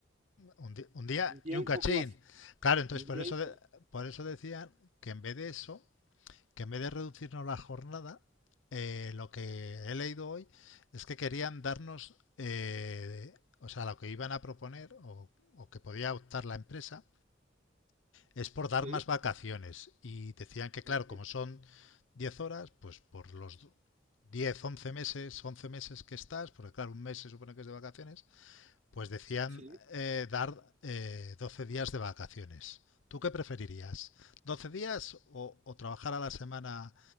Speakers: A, on the left (about 85°); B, on the right (about 40°).
A: Un, un día
B: un día
A: y un
B: y un
A: cachín.
B: poco más,
A: Claro, entonces
B: un
A: por
B: día
A: eso,
B: y
A: de- por eso decían que en vez de eso, que en vez de reducirnos la jornada, eh, lo que he leído hoy es que querían darnos, eh, o sea, lo que iban a proponer o, o que podía optar la empresa es por dar
B: Sí,
A: más vacaciones. Y decían que, claro,
B: ok,
A: como son 10 horas, pues por los diez once meses, once meses que estás, porque claro, un mes se supone que es de vacaciones, pues decían
B: sí.
A: eh, dar eh, 12 días de vacaciones. ¿Tú qué preferirías? doce días o, o trabajar a la semana